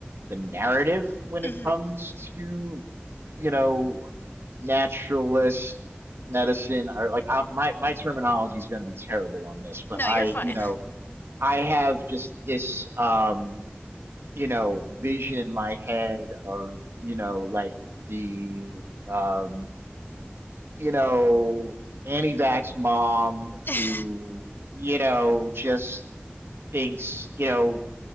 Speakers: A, on the right (about 80°); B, on the left (about 55°).
A: the narrative when
B: mhm.
A: it comes to, you know, naturalist medicine or like I, my my terminology is going to be terrible on this, but
B: No,
A: I,
B: you're fine.
A: you know, I have just this um, you know, vision in my head of, you know, like the um, you know, anti-vax mom
B: <laughs>
A: who, you know, just thinks, you know,